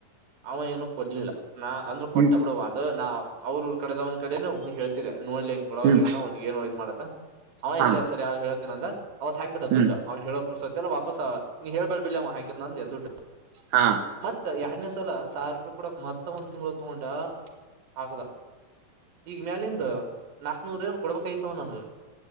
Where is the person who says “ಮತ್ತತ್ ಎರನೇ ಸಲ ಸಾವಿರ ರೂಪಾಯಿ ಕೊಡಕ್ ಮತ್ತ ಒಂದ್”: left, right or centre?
Right